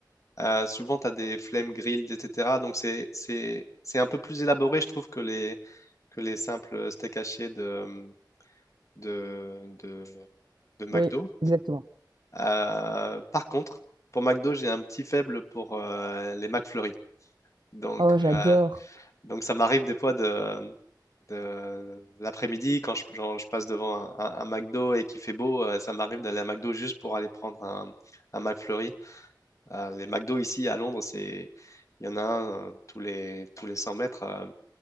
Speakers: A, on the left (about 45°); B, on the right (about 75°).
A: euh, souvent, tu as des flame grilled, etc. Donc, c'est, c'est, c'est un peu plus élaboré, je trouve, que les, que les simples steaks hachés de, de, de, de McDo.
B: Oui, exactement.
A: Euh, par contre, pour McDo, j'ai un petit faible pour euh, les McFlurry. Donc,
B: Oh, j'adore.
A: euh, donc ça m'arrive des fois de, de l'après-midi, quand je, genre, je passe devant un, un- un McDo et qu'il fait beau, euh, ça m'arrive d'aller à McDo juste pour aller prendre un, un McFlurry. Euh, les McDo ici à Londres, c'est, il y en a un euh, tous les, tous les 100 mètres. euh,